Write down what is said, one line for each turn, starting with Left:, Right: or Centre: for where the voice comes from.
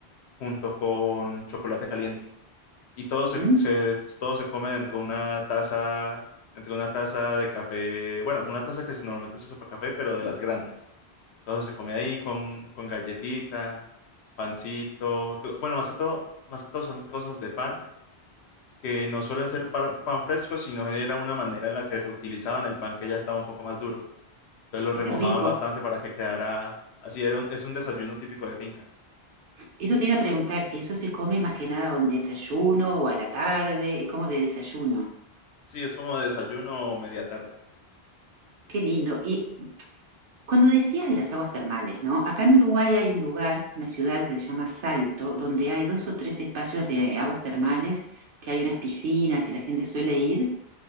Left: junto con chocolate caliente. Y todo se,
Right: Mm,
Left: se- todo se come dentro de una taza, entre una taza de café, bueno, una taza que normalmente se usa para café, pero de las grandes. Todo se come ahí con, con galletita, pancito, tro- bueno, más que todo, más que todo son trozos de pan que no suelen ser pan, pan fresco, sino era una manera en la que reutilizaban el pan que ya estaba un poco más duro. Entonces lo remojaban
Right: qué rico.
Left: bastante para que quedara así. Era un- es un desayuno típico de finca.
Right: Eso te iba a preguntar, si eso se come más que nada a un desayuno o a la tarde, eh, como de desayuno.
Left: Sí, es como desayuno o media tarde.
Right: Qué lindo. Y cuando decías de las aguas termales, ¿no? Acá en Uruguay hay un lugar, una ciudad que se llama Salto, donde hay dos o tres espacios de aguas termales, que hay unas piscinas
Left: Ajá.
Right: y la gente suele ir.